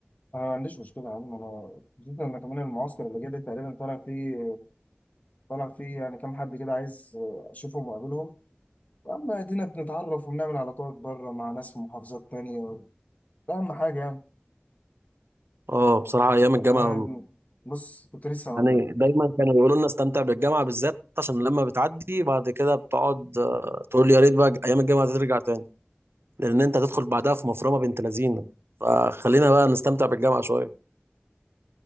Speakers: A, on the left; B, on the right.
A: انا ما عنديش مشكلة يا عم انا خصوصا ان كمان المعسكر اللي جاي ده تقريبا طالع فيه طالع فيه يعني كام حد كده عايز آه، اشوفهم واقابلهم يا عم ادينا بنتعرف وبنعمل علاقات بره مع ناس في محافظات تانية ده اهم حاجة يعني
B: اه بصراحه ايام الجامعه
A: والله يا ابني بص كنت لسه هقول
B: يعني
A: لك
B: دايما كانوا يقولوا لنا استمتع بالجامعة بالذات عشان لما بتعدي بعد كده بتقعد آه، تقول يا ريت بقى أيام الجامعة ترجع تاني لأن أنت هتدخل بعدها في مفرمة بنت لذينة فخلينا بقى نستمتع بالجامعة شوية